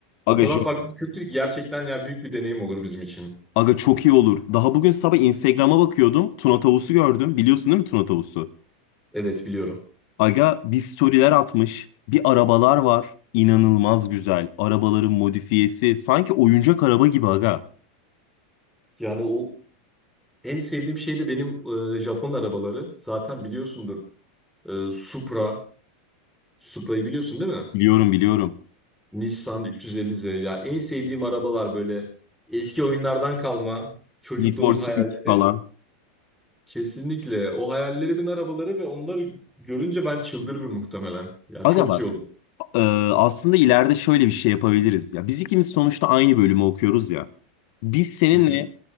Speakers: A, on the left; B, in the centre.
A: aga
B: O kadar farklı bir kültür ki gerçekten ya büyük bir deneyim olur bizim için.
A: Aga çok iyi olur. Daha bugün sabah Instagram'a bakıyordum. Tuna tavusu gördüm. Biliyorsun değil mi Tuna tavusu?
B: Evet biliyorum.
A: Aga bir storyler atmış. Bir arabalar var. İnanılmaz güzel. Arabaların modifiyesi. Sanki oyuncak araba gibi aga.
B: Yani o en sevdiğim şey de benim e, Japon arabaları. Zaten biliyorsundur. E, Supra. Supra'yı biliyorsun değil mi?
A: Biliyorum biliyorum.
B: Nissan 350Z. Ya en sevdiğim arabalar böyle eski oyunlardan kalma çocukluğumun
A: Need for Speed
B: hayali.
A: falan.
B: Kesinlikle. O hayallerimin arabaları ve onları görünce ben çıldırırım muhtemelen. Yani
A: Aga
B: çok
A: bak.
B: iyi olur.
A: e, aslında ileride şöyle bir şey yapabiliriz ya. Biz ikimiz sonuçta aynı bölümü okuyoruz ya. Biz seninle
B: Hı hı.